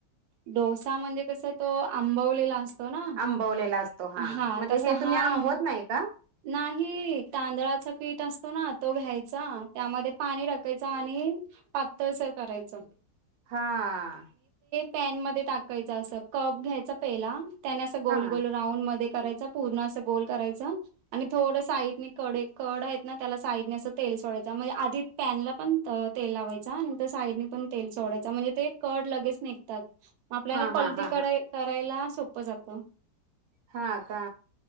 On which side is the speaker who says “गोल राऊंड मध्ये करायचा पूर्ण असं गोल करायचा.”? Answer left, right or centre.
Right